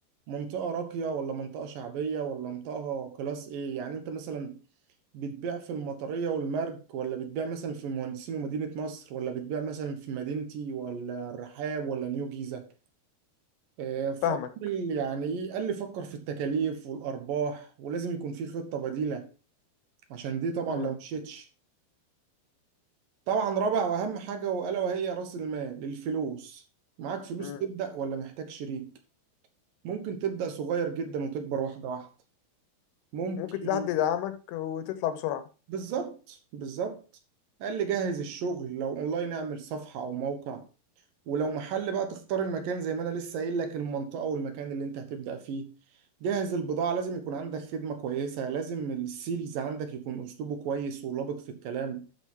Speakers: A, on the right; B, on the left.
A: منطقة راقية ولا منطقة شعبية ولا منطقة كلاس ايه يعني انت مثلا بتبيع في المطرية والمرج ولا بتبيع مثلا في المهندسين ومدينة نصر ولا بتبيع مثلا في مدينتي ولا الرحاب ولا نيو جيزة آه، ف-
B: فاهمك
A: يعني ايه قال لي فكر في التكاليف والأرباح ولازم يكون في خطة بديلة عشان دي طبعا
B: امم
A: لو مشيتش طبعا رابع واهم حاجه والا وهي راس المال الفلوس معاك فلوس
B: امم
A: تبدا ولا محتاج شريك ممكن تبدا صغير جدا وتكبر واحده واحده ممكن
B: ممكن تلاقي حد يدعمك وتطلع بسرعه
A: بالظبط بالظبط قال لي جهز الشغل لو اونلاين اعمل صفحه او موقع ولو محل بقى تختار المكان زي ما انا لسه قايل لك المنطقه والمكان اللي انت هتبدا فيه جهز البضاعة لازم يكون عندك خدمة كويسة لازم السيلز عندك يكون أسلوبه كويس ولبق في الكلام